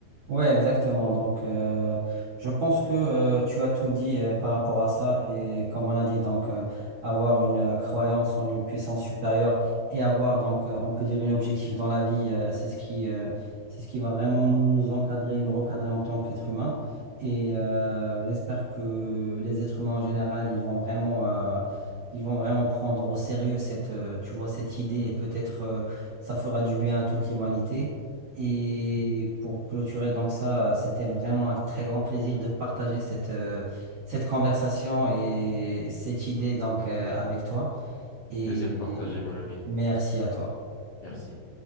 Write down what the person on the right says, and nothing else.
Ouais, exactement. Donc, euh, je pense que euh, tu as tout dit euh, par rapport à ça. Et comme on a dit, donc, euh, avoir une euh, croyance en une puissance supérieure et avoir, donc, euh, on peut dire, une objectif dans la vie, euh, c'est ce qui, euh, c'est ce qui va vraiment nous, nous encadrer et nous recadrer en tant qu'être humain. Et euh, j'espère que les êtres humains en général, ils vont vraiment, euh, ils vont vraiment prendre au sérieux cette, euh, tu vois, cette idée et peut-être euh, ça fera du bien à toute l'humanité. Et
pour clôturer donc ça, euh, c'était vraiment un très grand plaisir de partager cette, euh, cette conversation et cette idée donc euh, avec toi. Et
et
merci à toi.